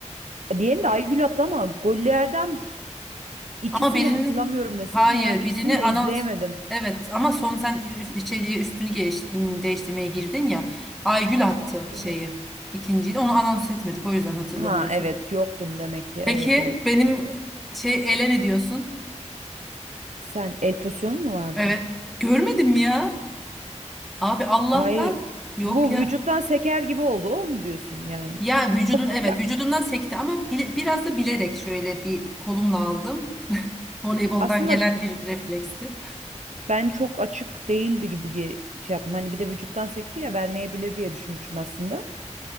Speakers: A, on the right (about 75°); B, in the centre.
A: Diğerini de Aygül attı ama gollerden ikisini
B: Ama birini
A: de hatırlamıyorum desem.
B: hayır
A: Yani ikisini
B: birini
A: de
B: anons
A: izleyemedim.
B: evet ama son sen ü- içeriye üstünü geç- değiştirmeye girdin ya. Aygül attı
A: Hı
B: şeyi.
A: hı.
B: İkinciyi de onu anons etmedik o yüzden hatırlamıyorsun.
A: Ha evet yoktum demek ki. Evet
B: Peki
A: evet.
B: benim şey ele ne diyorsun?
A: Sen el pozisyonu mu vardı?
B: Evet. Görmedin mi ya? Abi Allah'tan
A: Hayır.
B: yok
A: Bu
B: ya.
A: vücuttan seker gibi oldu. O mu diyorsun yani?
B: Ya vücudun
A: Böyle
B: evet vücudumdan sekti ama bile- biraz da bilerek şöyle bir kolumla aldım. Voleyboldan
A: aslında
B: gelen bir refleksti.
A: ben çok açık değildi gibi ge- şey yaptım. Hani bir de vücuttan sekti ya vermeyebilir diye düşünmüştüm aslında.